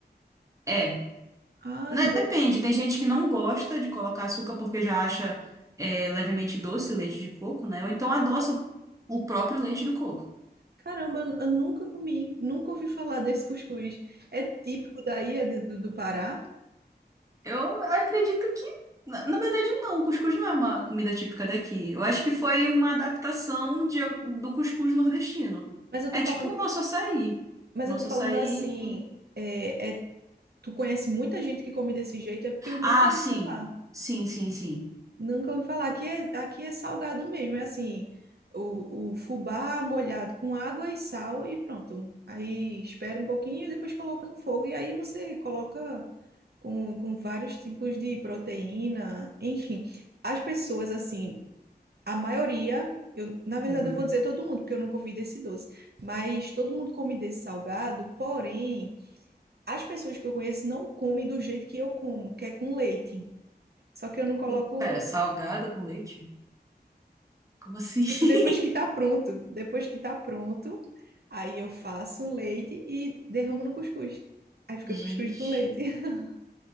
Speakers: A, on the right; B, on the right.
A: É,
B: Ah,
A: Né,
B: não.
A: Depende, tem gente que não gosta de colocar açúcar porque já acha é, levemente doce o leite de coco, né? Ou então adoça o o próprio leite do coco.
B: Caramba, eu eu nunca comi, nunca ouvi falar desse cuscuz. É típico daí, é do, do do Pará.
A: Eu acredito que, na, na verdade, não. O cuscuz não é uma comida típica daqui. Eu acho que foi uma adaptação de, al- do cuscuz nordestino.
B: Mas eu tô
A: É
B: falando,
A: tipo o nosso açaí.
B: mas
A: O Nosso
B: eu tô falando
A: açaí.
B: assim, é, é- tu conhece muita gente que come desse jeito, é porque eu nunca
A: Ah,
B: ouvi
A: sim.
B: falar.
A: Sim, sim, sim.
B: Nunca ouvi falar. Aqui é, aqui é salgado mesmo. É assim, o, o fubá molhado com água e sal e pronto. Aí espera um pouquinho e depois coloca no fogo. E aí você coloca com, com vários tipos de proteína. Enfim, as pessoas, assim, a maioria, eu, na verdade
A: Uhum.
B: eu vou dizer todo mundo, porque eu nunca ouvi desse doce. Mas todo mundo come desse salgado. Porém, as pessoas que eu conheço não comem do jeito que eu como, que é com leite. Só que eu não coloco.
A: Com- pera, salgado com leite? Como assim? <laughs>
B: Tipo, depois que tá pronto, depois que tá pronto, aí eu faço um leite e derramo no cuscuz. Aí fica
A: Gente.
B: cuscuz com leite. <laughs>